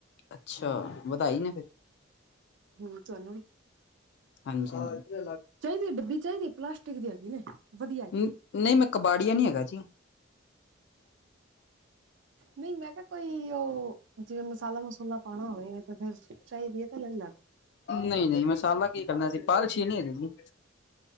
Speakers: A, on the left (about 60°); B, on the right (about 65°).
A: ਅੱਛਾ, ਵਦਾਈ ਨੇ ਫੇਰ
B: ਹੂੰ ਤੁਹਾਨੂੰ ਵੀ,
A: ਹਾਂਜੀ ਹਾਂਜੀ
B: ਚਾਈਦੀ ਡੱਬੀ ਚਾਈਦੀ ਪਲਾਸ ਟਿਕ ਦੀ ਹੈਗੀ ਨੇ। ਵਧੀਆ ਹੈਗੀ
A: ਨ
B: ਏ।
A: ਨਹੀਂ ਮੈਂ ਕਬਾੜੀਆ ਨੀ ਹੈਗਾ ਜੀ।
B: ਨਈ ਮੈਂ ਕਿਹਾ ਕੋਈ ਓ ਜਿਵੇਂ ਮਸਾਲਾ- ਮਸੂਲਾ ਪਾਣਾ ਹੋਵੇ ਤੇ ਫੇਰ ਚਾਹੀਦੀ ਐ ਤਾਂ ਲੈ ਲੈਣਾ।
A: ਨਈ- ਨਈ ਮਸਾਲਾ ਕੀ ਕਰਨਾ ਅਸੀ ਪਾਲਸ਼ੀਨੀ ਹੈਗੇ ਜੀ।